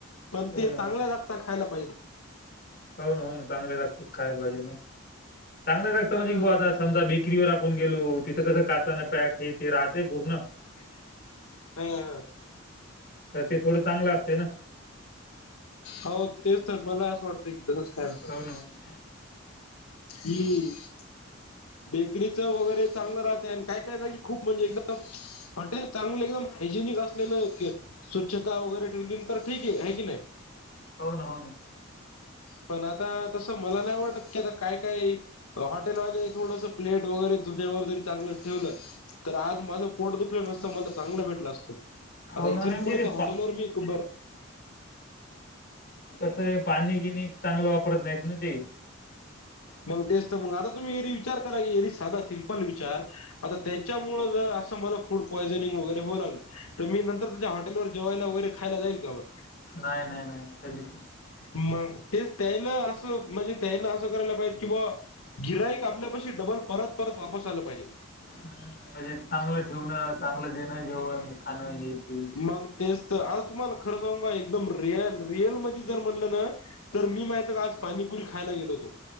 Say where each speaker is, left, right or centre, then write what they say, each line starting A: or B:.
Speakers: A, on the left; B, on the left.
A: पण ते
B: हो ना
A: चांगल्या
B: हो ना
A: जागचा खायला पाहिजे.
B: हो ना हो ना चांगल्या जागच खायला पाहिजे ना चांगल्या जागचं
A: ह
B: म्हणजे बुवा आता समजा बे करीवर आपण गेलो तिथं कसं काचानं पॅक हे ते राहतंय पूर्ण.
A: ह् अ
B: तर ते थोडं चांगलं असं
A: हो तेच तर मला असं वाटतंय की तसंच खायला पाहिजे.
B: हो ना हो ना
A: ही. बेकरीचं वगैरे चांगलं राहतंय आणि काय काय जागी खूप म्हणजे एकदम, हॉटेल चांगलं एकदम हायजेनिक असलेल स्वच्छता वगैरे, ठेवली तर ठीक आहे आहे की नाही.
B: हो ना हो.
A: पण आता तसं मला नाही वाटत की, आता काय काई हॉटेलवाले थोडस प्लेट वगैरे धुल्यावर जरी चांगलं ठेवलं तर आज माझं पोट दुखलं नसतं, म्हणल चांगल भेटलं असतं
B: हो
A: आता इथून
B: ना नाही म्हणजे
A: पुढ
B: ते
A: त्या हॉटेलवर
B: पा
A: मी कुंबर
B: कसंय पाणी पिनी चांगलं वापरत नाहीत ना ते.
A: मग तेच तर मग आता तुम्ही एरी विचार करा एरी साधा सिम्पल विचार आता त्याच्यामुळ जर असं मला फूड पॉयझनिंग वगैरे होऊ लागलं तर, मी नंतर त्याच्या हॉटेलवर जेवायला वगैरे खायला जाईल का मंग.
B: नाय नाय नाय नाय कधीच नाही.
A: मग तेच त्यायला असं म्हणजे त्यायला असं करायला पाहिजे कि बुवा गिराईक आपल्यापाशी डबल परत परत वापस आल पाहिजे.
B: हम्म म्हणजे चांगलं ठेवणं, चांगलं देणं जेवन, खाणं हे ते
A: मग तेच तर आता तुम्हाला खरं सांगु का एकदम रिअल रिअलमध्ये जर म्हणलं ना तर मी माहितीया का आज पाणीपुरी खायला गेलो होतो